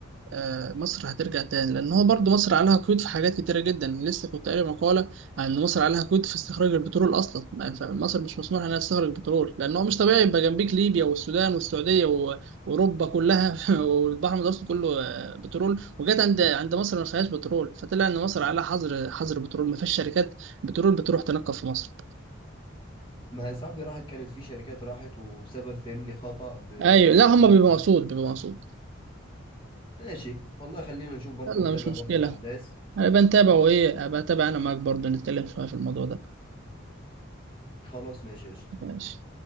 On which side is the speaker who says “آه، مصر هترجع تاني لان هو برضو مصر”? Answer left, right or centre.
Right